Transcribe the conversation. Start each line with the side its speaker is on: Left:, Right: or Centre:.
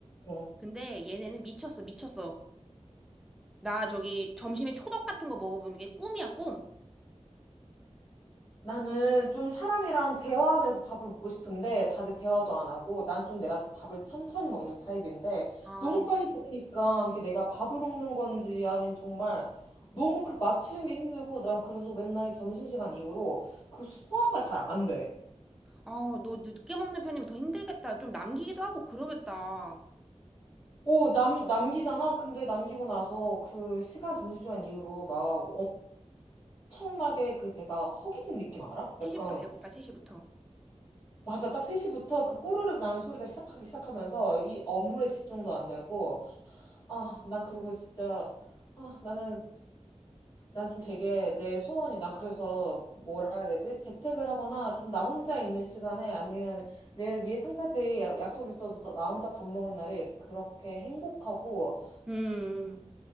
Left: 응.
Centre: 근데 얘네는 미쳤어, 미쳤어. 나 저기 점심에 초밥 같은 거 먹어보는 게 꿈이야, 꿈.
Left: 나는 좀 사람이랑 대화하면서 밥을 먹고 싶은데, 다들 대화도 안 하고, 난 좀 내가 좀 밥을 천천히 먹는 타입인데,
Centre: 아,
Left: 너무 빨리 먹으니까, 이게 내가 밥을 먹는 건지, 아니면 정말, 너무 그 맞추는 게 힘들고, 난 그래서 맨날 점심시간 이후로 그 소화가 잘 안 돼.
Centre: 아, 너 늦게 먹는 편이면 더 힘들겠다. 좀 남기기도 하고 그러겠다.
Left: 오, 남, 남기잖아? 근데 남기고 나서 그 시간, 점심시간 이후로 막 엄청나게 그 배가 허기진 느낌 알아?
Centre: 3시부터
Left: 약간,
Centre: 배고파, 3시부터.
Left: 맞아. 딱 3시부터 그 꼬르륵 나는 소리가 시작하기 시작하면서 이 업무에 집중도 안 되고, 아, 난 그리고 진짜, 아, 나는, 난 좀 되게 내 소원이, 난 그래서 뭐라 해야 되지? 재택을 하거나 좀 나 혼자 있는 시간에 아니면 내 위에 상사들이 야- 약속 있어서 나 혼자 밥 먹은 날이 그렇게 행복하고,
Centre: 음,